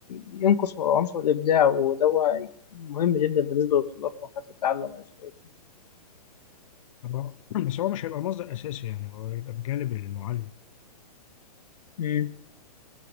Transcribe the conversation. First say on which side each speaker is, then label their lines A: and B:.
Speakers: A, on the left (about 80°); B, on the left (about 55°).
A: ينقص عنصر الإبداع وده هو مهم جدا بالنسبة للطلاب في مرحلة التعلم أنا شايف
B: هو- <clears throat> بس هو مش هيبقى مصدر اساسي يعني هو هيبقى بجانب المعلم
A: مم.